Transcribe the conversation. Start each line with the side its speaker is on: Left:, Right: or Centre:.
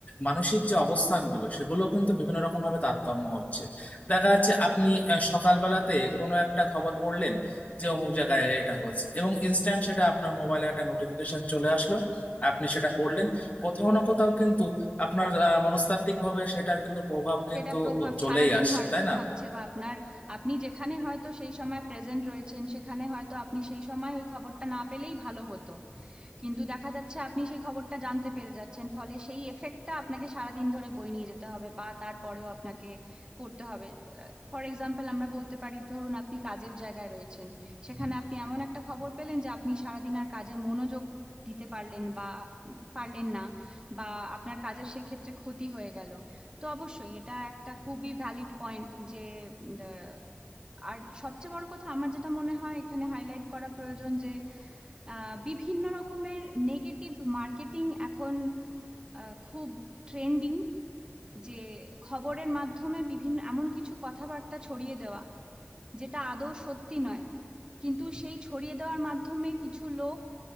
Left: মানসিক যে অবস্থানগুলো সেগুলো কিন্তু বিভিন্ন রকম ভাবে তারতম্য হচ্ছে দেখা যাচ্ছে
Right: অবশ্যই
Left: আপনি আহ, সকালবেলাতে কোনো একটা খবর পড়লেন যে অমুক জায়গায় এটা হয়েছে এবং ইনস্ট্যান্ট সেটা আপনার মোবাইলে একটা নোটিফিকেশন চলে আসলো আপনি সেটা পড়লেন কোথাও না কোথাও কিন্তু আপনার মনস্তাত্ত্বিক ভাবে সেটার কিন্তু প্রভাব কিন্তু
Right: সেটা প্রভাব
Left: চলেই
Right: সারাদিন
Left: আসছে
Right: হয়তো
Left: তাই না
Right: থাকছে বা আপনার আপনি যেখানে হয়তো সেই সময় প্রেজেন্ট রয়েছেন সেখানে হয়তো আপনি সেই সময় ওই খবরটা না পেলেই ভালো হতো কিন্তু দেখা যাচ্ছে আপনি সেই খবরটা জানতে পেরে যাচ্ছেন ফলে সেই এফেক্টটা আপনাকে সারাদিন ধরে বয়ে নিয়ে যেতে হবে বা তারপরেও আপনাকে করতে হবে ফর এক্সাম্পল আমরা বলতে পারি ধরুন আপনি কাজের জায়গায় রয়েছেন সেখানে আপনি এমন একটা খবর পেলেন যে আপনি সারাদিন আর কাজে মনোযোগ দিতে পারলেন বা উম, পারলেন না বা আপনার কাজের সেই ক্ষেত্রে ক্ষতি হয়ে গেল তো অবশ্যই এটা একটা খুবই ভ্যালিড পয়েন্ট যে উম, আহ, আর সবচেয়ে বড় কথা আমার যেটা মনে হয় এখানে হাইলাইট করা প্রয়োজন যে আহ বিভিন্ন রকমের নেগেটিভ মার্কেটিং এখন আহ, খুব ট্রেন্ডিং যে খবরের মাধ্যমে বিভিন্ন এমন কিছু কথাবার্তা ছড়িয়ে দেওয়া যেটা আদৌ সত্যি নয় কিন্তু সেই ছড়িয়ে দেওয়ার মাধ্যমে কিছু লোক